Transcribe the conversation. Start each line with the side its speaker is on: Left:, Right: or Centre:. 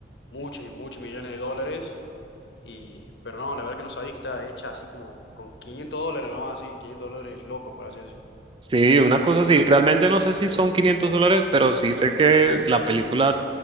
Left: muchos y muchos millones de dólares, y, pero no, la verdad que no sabía que estaba hecha así como con 500 dólares, ¿no? Así, 500 dólares loco, por así decirlo.
Right: Sí, una cosa así. Realmente no sé si son 500 dólares, pero sí sé que la película,